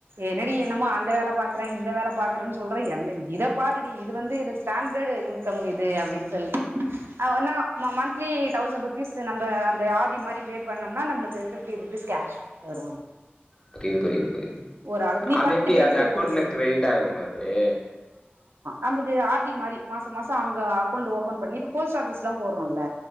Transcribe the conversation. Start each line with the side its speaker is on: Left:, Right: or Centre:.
Right: என்னடி என்னமோ அந்த வேல பாக் றே இந்த வேல பாக்குற சொல்றே எந்த இத பாரு இது வந்து இந்த ஸ்டாண்டர்டு இன்கம் இது அப்டின்னு சொல்லி அவனா மந்த்லி தௌசண் ருபீஸ்து நம்ம அந்த ஆர் டி மாரி பே பண்ணம்னா நம்ளுக்கு பிப்டி ருபீஸ் கேஷ் தருவாங்க
Left: புரியுது புரியுது புரியுது
Right: ஒரு ஆளுக்கு நீ
Left: அது
Right: பத்து
Left: எப்டி
Right: பேர்
Left: அது
Right: சேத்து
Left: அக்கோண்ட்ல
Right: விடு
Left: கிரயிட் ஆகுமா அது
Right: அம்பது ஆர் டி மாரி மாச மாசம் அங்க அக்கௌன்டு ஓபன் பண்ணி இப்ப போஸ்ட் ஆபீஸ்லா போறோ ம்ல